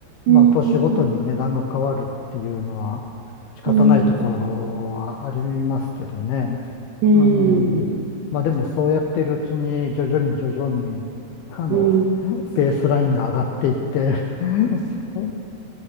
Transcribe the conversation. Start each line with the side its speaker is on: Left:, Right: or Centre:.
Left: まあ、
Right: うん、
Left: 年ごとに値段が変わるっていうのは仕方ないところはありますけどね。
Right: うん、うん、
Left: あの、まあ、でもそうやってるうちに徐々に徐々に、あの、
Right: うん、
Left: <laughs> ベースラインが上がっていって <laughs>